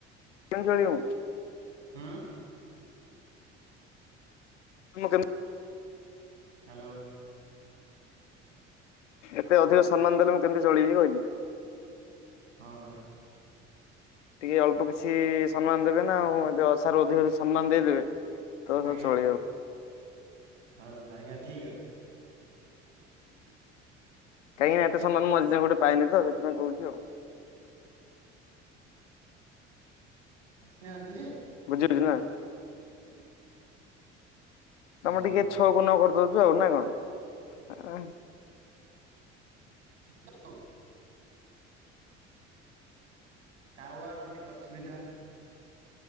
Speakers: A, on the left; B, on the right.
A: <inaudible>
B: ହୁଁ।
A: ମୁଁ କେମତି
B: ହାଲୋ। <inaudible>
A: ଏତେ ଅଧିକ ସମ୍ମାନ ଦେଲେ ମୁଁ କେମତି ଚଳିବି ଅଏ।
B: ହଁ ପରା।
A: ଟିକେ ଅଳ୍ପ କିଛି ସମ୍ମାନ ଦେବେ ନା ଆଉ ଏ ଅଶାରୁ ଅଧିକ ସମ୍ମାନ ଦେଇଦେବେ। ତ
B: ଆଜ୍ଞା
A: ସବୁ ଚଲିବ।
B: ହଉ ଆଜ୍ଞା, ଠିକ ଅଛି। <inaudible>
A: କାହିଁକିନା ଏତେ ସମ୍ମାନ ମୁଁ ଆଜି ଯାଏଁ ଗୋଟେ ପାଇନି ତ ସେଥିପାଇଁ କହୁଛି ଆଉ।
B: ଆସି ନାହାନ୍ତି ଯେ
A: ବୁଝିଲୁ ନା,
B: ହୁଁ
A: ତମେ ଟିକେ ଚୁ ଛକକୁନ କରିଦଉଛୁ ଆଉ ନା କଣ?
B: <inaudible> ଟାୱାରର ଟିକେ ଅସୁବିଧା।